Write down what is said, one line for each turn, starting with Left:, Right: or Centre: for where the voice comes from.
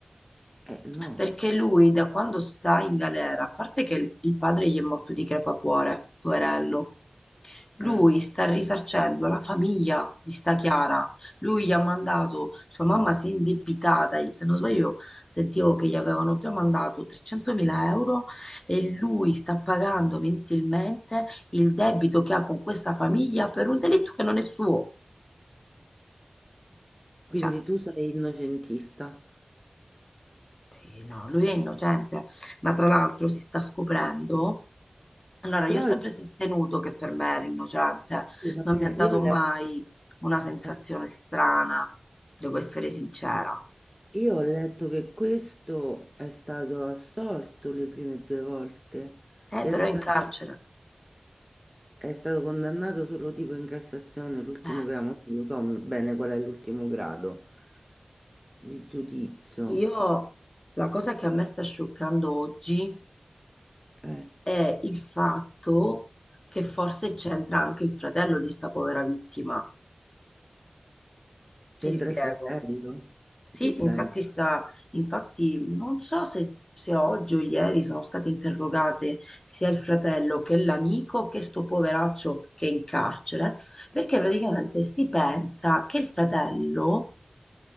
Centre: Eh no,
Left: Perché lui da quando sta in galera, a parte che il, il padre gli è morto di crepacuore, poverello. Lui
Centre: eh.
Left: sta risarcendo la famiglia di sta Chiara. Lui gli ha mandato, sua mamma si è indebitata, se non sbaglio sentivo che gli avevano già mandato 300.000 euro e lui sta pagando mensilmente il debito che ha con questa famiglia per un delitto che non è suo.
Centre: Quindi
Left: Cioè,
Centre: tu sei innocentista.
Left: Sì, no, lui è innocente, ma tra l'altro si sta scoprendo. Allora,
Centre: Però
Left: io ho sempre sostenuto che per me era innocente,
Centre: scusami,
Left: non mi
Centre: eh,
Left: ha dato
Centre: io ho letto...
Left: mai una sensazione
Centre: eh,
Left: strana, devo essere sincera.
Centre: Io ho letto che questo è stato assolto le prime due volte
Left: Eh,
Centre: e
Left: però
Centre: è stato,
Left: è in carcere.
Centre: è stato condannato solo tipo in Cassazione, l'ultimo
Left: Eh,
Centre: grado, non lo so bene qual è l'ultimo grado di giudizio.
Left: io la cosa che a me sta scioccando oggi
Centre: Eh,
Left: è il fatto che forse c'entra anche il fratello di sta povera vittima.
Centre: c'entra
Left: Ti spiego.
Centre: il fratello?
Left: Sì,
Centre: In che senso?
Left: infatti, sta, infatti non so se, se oggi o ieri sono state interrogate sia il fratello che l'amico che sto poveraccio che è in carcere, perché praticamente si pensa che il fratello